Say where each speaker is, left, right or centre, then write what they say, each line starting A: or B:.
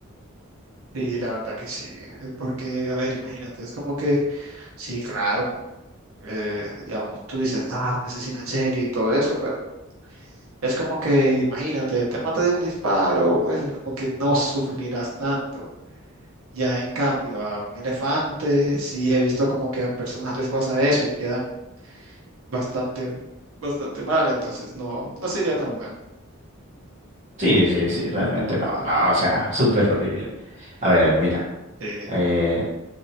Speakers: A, on the right; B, on the right.
A: Sí, la verdad que sí. eh, Porque, a ver, imagínate, es como que, sí, claro, eh, digamos, tú dices, ah, un asesino en serie y todo eso, pero Es como que, imagínate, te mata de un disparo, pues es como que no sufrirás tanto. Ya en cambio, a un elefante, sí he visto como que a personas les pasa eso y quedan bastante, bastante mal, entonces no, no sería tan bueno.
B: Sí, sí, sí, realmente no, no, o sea, súper horrible. A ver, mira,
A: Sí,
B: eh,